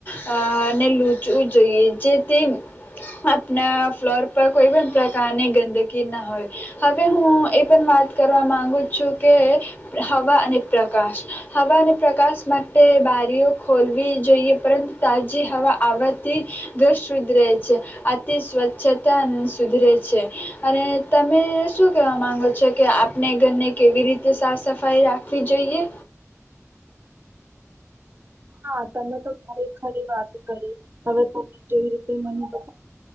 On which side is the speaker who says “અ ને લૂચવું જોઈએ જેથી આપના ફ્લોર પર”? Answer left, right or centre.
Left